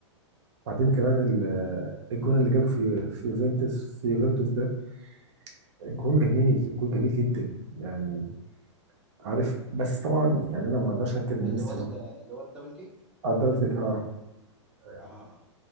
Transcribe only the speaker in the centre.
اللي
هو ال- اللي هو الدبل كيك
اه